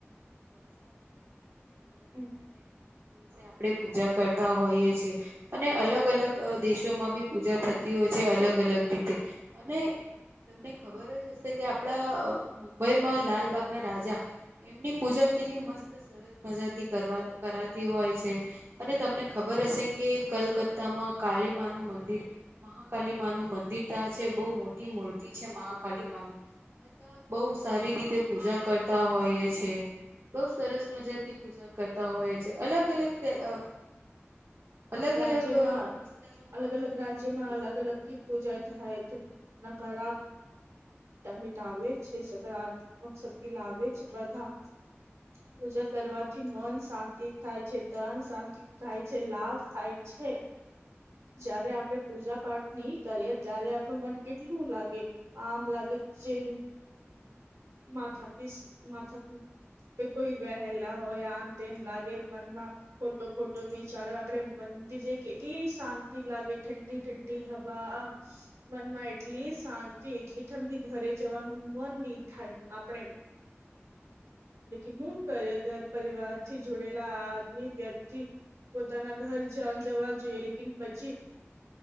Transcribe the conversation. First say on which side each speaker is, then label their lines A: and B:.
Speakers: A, on the right; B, on the right.
A: સારુ કીધું. કે નવરાત્રીના
B: હમમ.
A: ટાઈમે નવ દિવસે આપણે પૂજા કરતા હોઈએ છીએ. અને અલગ અલગ દેશોમાં બી પૂજા થતી હોય છે અલગ અલગ રીતે અને તમને ખબર જ હશે કે આપડા મુંબઈમાં લાલબાગના રાજા એમની પૂજા કેટલી મસ્ત સરસ મજાથી કરવા કરા તી હોય છે અને તમને ખબર હશે કે કલકત્તામાં કાળીમા નું મંદિર મહાકાલી મા નું મંદિર ત્યાં છે બો મોટી મૂર્તિ છે મહાકાલી મા ની તા બો સારી રીતે પૂજા કરતા હોય છે. બો સરસ મજાથી પૂજા કરતા હોય છે અલગ અલગ તહે અ અલગ
B: રાજ્યમાં
A: અલગ વિસ્તારોમાં, અલગ અલગ
B: રાજ્યમાં
A: રીતે પૂજા
B: અલગ
A: કરતા
B: અલગથી
A: હોય.
B: પૂજા થી હોય તો નકારા મીટાવે છે, સકારાત્મક શક્તિ લાવે છે. બધા પૂજા કરવાથી મન શાંતિ થાય છે. તન શાંતિ થાય છે લાભ થાય છે. જયારે આપણેે પૂજા પાઠ નહી કરીએ ત્યારે આપણું મન કેટલું લાગે. આમ લાગે જે માથા પીસ માથા પી. કોઈ વહેલા હોય આમ તેમ લાગે મનમાં ખોટો ખોટો વિચાર આપડે મંદિર જે કેટલી શાંતિ. શાંતિ લાગે ઠંડી ઠંડી હવા મનમાં એટલી શાંતિ એટલી ઠંડી ઘરે જવાનું મન નહી થાય આપણેે
A: <unintelligible>
B: લ હું કરી ઘર પરિવાર થી જોડેલા આદમી વ્યક્તિ પોતાના ઘર જ જવા જોઈએ લેકિન પછી